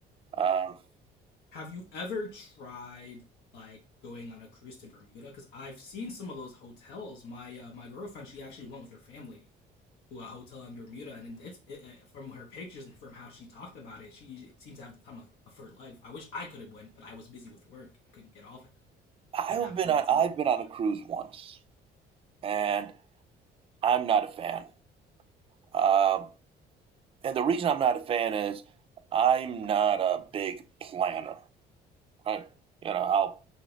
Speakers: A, on the right; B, on the left.
A: Um,
B: have you ever tried like going on a cruise to Bermuda? Because I've seen some of those hotels. My uh, my girlfriend, she actually went with her family. to a hotel in Bermuda, and it's it, it, from her pictures and from how she talked about it, she seems to have the time of, of her life. I wish I could have went, but I was busy with work. I couldn't get off at that
A: I've
B: at that
A: been
B: point
A: on
B: in time.
A: I've been on a cruise once, and I'm not a fan. Um, And the reason I'm not a fan is I'm not a big planner. I, you know, I'll I- will